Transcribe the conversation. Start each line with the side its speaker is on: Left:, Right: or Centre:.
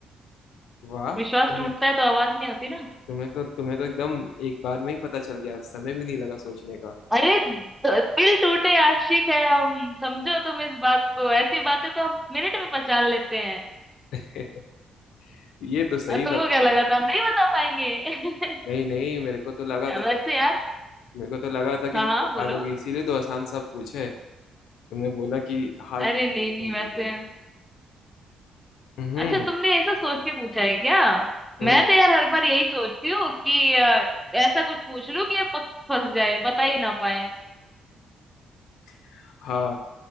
Left: वाह
Centre: विश्वास
Left: तुम्हें
Centre: टूटता है तो आवाज नहीं होती ना
Left: तुम्हें तो तुम्हें तो एकदम एक बार में ही पता चल गया समय भी नहीं लगा सोचने का
Centre: अरे द- दिल टूटे आशिक है हम समझो तुम इस बात को ऐसी बातें तो हम मिनट में पहचान लेते हैं
Left: <laughs> ये तो सही
Centre: और तुमको
Left: था तुम्हारा
Centre: क्या लगा था हम नहीं बता पाएंगे <laughs>
Left: नहीं नहीं मेरे को तो लगा था
Centre: वैसे यार
Left: मेरे को तो लगा था कि
Centre: हाँ हाँ
Left: बता
Centre: बोलो
Left: दोगे इसीलिए तो आसान सा पूछे तुमने बोला कि हार्ड
Centre: अरे
Left: नहीं
Centre: नहीं
Left: पूछने
Centre: नहीं
Left: के
Centre: वैसे
Left: लिए हम्म
Centre: अच्छा तुमने ऐसा सोच के पूछा है क्या
Left: हम्म
Centre: मैं तो यार हर बार यही सोचती हूँ कि अ, ऐसा कुछ पूछ लूं कि ये पक फंस जाए बता ही ना पाए
Left: <laughs> हाँ